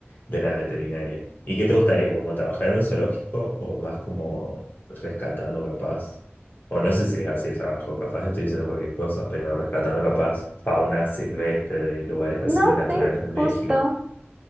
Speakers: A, on the left; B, on the right.
A: de la veterinaria. ¿Y qué te gustaría, como trabajar en un zoológico o más como rescatando capaz? O no sé si es así el trabajo, capaz estoy diciendo cualquier cosa, pero rescatando capaz fauna silvestre de lugares así
B: No,
A: naturales
B: sí,
A: de México.
B: justo.